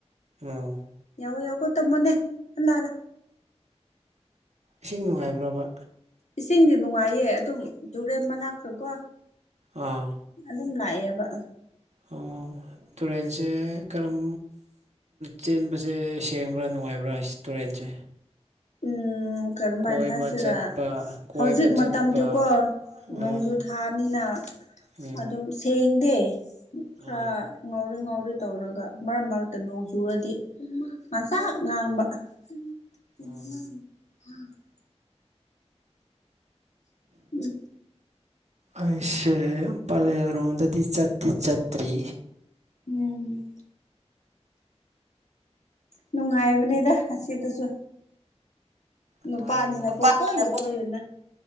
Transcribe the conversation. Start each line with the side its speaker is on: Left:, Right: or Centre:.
Right: ꯑꯣ
Left: ꯌꯥꯎꯑꯣ ꯌꯥꯎꯀꯨꯠ ꯇꯝꯃꯨꯅꯦ ꯀꯅꯥꯔ
Right: ꯏꯁꯤꯡ ꯅꯨꯡꯉꯥꯏꯕ꯭ꯔꯕ
Left: ꯏꯁꯤꯡꯗꯤ ꯅꯨꯡꯉꯥꯏꯌꯦ ꯑꯗꯨꯝ ꯇꯨꯔꯦꯟ ꯃꯅꯥꯛꯇꯀꯣ
Right: ꯑꯥ
Left: ꯑꯗꯨꯝ ꯂꯥꯛꯑꯦꯕ
Right: ꯑꯣ ꯇꯨꯔꯦꯟꯁꯦ ꯀꯔꯝ ꯆꯦꯟꯕꯁꯦ ꯁꯦꯡꯕ꯭ꯔꯥ ꯅꯨꯡꯉꯥꯏꯕ꯭ꯔꯥ ꯇꯨꯔꯦꯟꯁꯦ
Left: ꯎꯝ ꯀꯔꯝꯃꯥꯏꯅ
Right: ꯀꯣꯏꯕ
Left: ꯍꯥꯏꯁꯤꯔ
Right: ꯆꯠꯄ ꯀꯣꯏꯕ
Left: ꯍꯧꯖꯤꯛ
Right: ꯆꯠꯄ
Left: ꯃꯇꯝꯗꯤꯀꯣ
Right: ꯎꯝ
Left: ꯅꯣꯡꯖꯨ ꯊꯥꯅꯤꯅ
Right: ꯎꯝ
Left: ꯑꯗꯨꯝ ꯁꯦꯡꯗꯦ ꯈꯔ
Right: ꯑꯥ
Left: ꯉꯥꯎꯔꯤ ꯉꯥꯎꯔꯤ ꯇꯧꯔꯒ ꯃꯔꯛ ꯃꯔꯛꯇ ꯅꯣꯡꯖꯆꯨꯔꯗꯤ ꯉꯥꯡꯁꯥꯛ ꯉꯥꯡꯕ <unintelligible>
Right: ꯎꯝ
Left: ꯎꯝ
Right: ꯑꯩꯁꯦ ꯄꯂꯦꯜ ꯔꯣꯝꯗꯗꯤ ꯆꯠꯇꯤ ꯆꯠꯇ꯭ꯔꯤ
Left: ꯃꯥꯅꯦ ꯅꯨꯡꯉꯥꯏꯕꯅꯦꯗ ꯑꯁꯤꯗꯁꯨ ꯅꯨꯄꯥꯅꯤꯅ
Right: ꯅꯨꯡꯉꯥꯏꯔꯝꯒꯅꯤ
Left: ꯄꯪꯀꯣꯏꯗ ꯀꯣꯏꯌꯨꯅ